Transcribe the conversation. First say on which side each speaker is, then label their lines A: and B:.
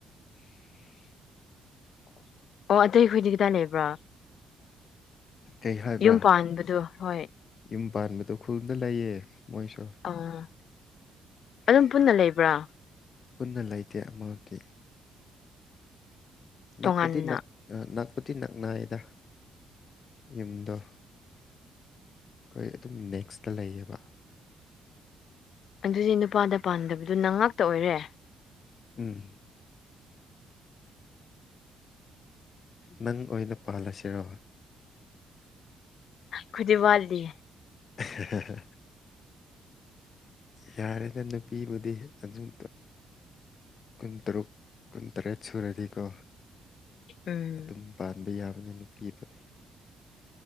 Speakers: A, on the left; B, on the left.
A: <inaudible>
B: ꯑꯣ ꯑꯇꯩꯈꯣꯏꯗꯤ ꯀꯗꯥꯏ ꯂꯩꯕ꯭ꯔꯥ
A: ꯀꯩ ꯍꯥꯏꯕ꯭ꯔꯥ
B: ꯌꯨꯝ ꯄꯥꯟꯕꯗꯣ ꯍꯣꯏ
A: ꯌꯨꯝ ꯄꯥꯟꯕꯗꯣ ꯈꯨꯜꯗ ꯂꯩꯌꯦ ꯃꯣꯏꯁꯨ
B: ꯑꯣ ꯑꯗꯨꯝ ꯄꯨꯟꯅ ꯂꯩꯕ꯭ꯔꯥ
A: ꯄꯨꯟꯅ ꯂꯩꯇꯦ ꯑꯃꯗꯤ ꯅꯛꯄꯨꯗꯤ
B: ꯇꯣꯉꯥꯟꯅ
A: ꯅꯛ ꯅꯛꯄꯨꯗꯤ ꯅꯛꯅꯩꯌꯦꯗ ꯌꯨꯝꯗꯣ ꯑꯩꯈꯣꯏ ꯑꯗꯨꯝ ꯅꯦꯛꯁꯇ ꯂꯩꯌꯦꯕ
B: ꯑꯗꯨꯗꯤ ꯅꯨꯄꯥꯗ ꯄꯥꯟꯗꯕꯗꯣ ꯅꯪ ꯉꯥꯛꯇ ꯑꯣꯏꯔꯦ
A: ꯎꯝ ꯅꯪ ꯑꯣꯏꯅ ꯄꯥꯜꯂꯁꯤꯔꯣ
B: ꯈꯣꯢꯗꯤ ꯋꯥꯠꯂꯤ
A: ꯑꯦ ꯍꯦ ꯍꯦ ꯍꯦ ꯌꯥꯔꯦꯗ ꯅꯨꯄꯤꯕꯨꯗꯤ ꯑꯗꯨꯝ ꯀꯨꯟꯇꯔꯨꯛ ꯀꯨꯟꯇꯔꯦꯠ ꯁꯨꯔꯗꯤꯀꯣ
B: ꯎꯝ
A: ꯑꯗꯨꯝ ꯄꯥꯟꯕ ꯌꯥꯕꯅꯦ ꯅꯨꯄꯤꯕꯨꯗꯤ